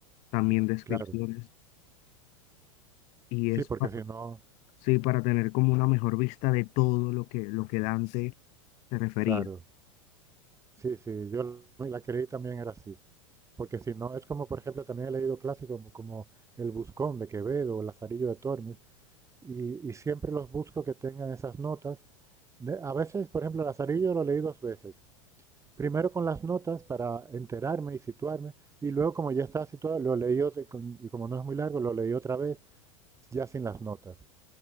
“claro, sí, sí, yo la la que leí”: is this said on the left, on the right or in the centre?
Right